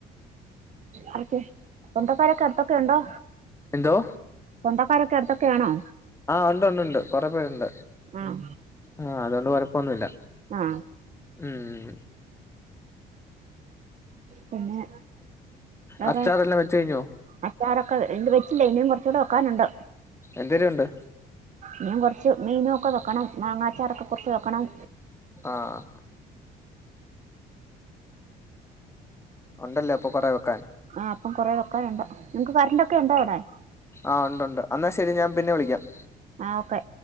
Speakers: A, on the right; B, on the left.
A: ആർക്ക് സ്വന്തക്കാരൊക്കെ അടുത്തൊക്കെ ഉണ്ടോ?
B: എന്തോ
A: സ്വന്തക്കാരൊക്കെ അടുത്തൊക്കൊ ആണോ?
B: ആഹ് ഉണ്ട് ഉണ്ട്ണ്ട് കൊറെ പേരുണ്ട്
A: ആഹ്
B: ആഹ് അതുകൊണ്ട് കൊഴപ്പൊന്നുമില്ല
A: ആഹ്
B: ഉം
A: പിന്നെ വേറെ
B: അച്ചാറെല്ലാം വെച്ച് കഴിഞ്ഞോ
A: അച്ചാർ ഒക്കെ എന്ത് വെ ഇല്ല ഇനിയും കുറച്ചുകൂടെ വോക്കാനുണ്ട്
B: എന്തരൂണ്ട്
A: ഇഞ് കുറച്ച് മീനൊക്കെ വെക്കണം മാങ്ങാച്ചാറോക്കെ കുറച്ച് വെക്കണം
B: ആഹ് ഉണ്ടല്ലേ അപ്പൊ കൊറ വെക്കാൻ
A: ആഹ് അപ്പം കുറെ വെക്കാനുണ്ട് നിങ്ങക്ക് കറണ്ടൊക്കെ ഉണ്ടോ അവിടെ
B: ആഹ് ഉണ്ടൊണ്ട് അന്നാ ശരി ഞാൻ പിന്നെ വിളിക്കാം-
A: ആഹ് ഓക്കെ-